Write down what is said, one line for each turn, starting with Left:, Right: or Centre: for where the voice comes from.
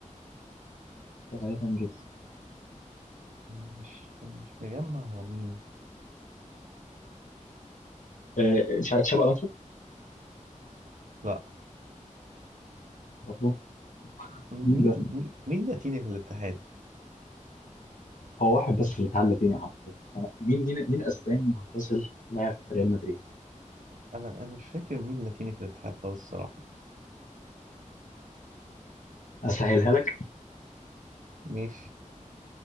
Left: أنت غالبا جبته
Right: مش مش مجمع هو مين
Left: آه، مش عارف تشابي الونسو
Right: لا
Left: برضه
Right: مين
Left: مين ده؟
Right: مين مين لاتيني في الاتحاد
Left: هو واحد بس اللي اتعلى فيني عارف مين مين مين اسباني معتزل لاعب في ريال مدريد
Right: انا انا مش فاكر مين لاتيني في الاتحاد خالص الصراحه
Left: اسهلها لك
Right: ماشي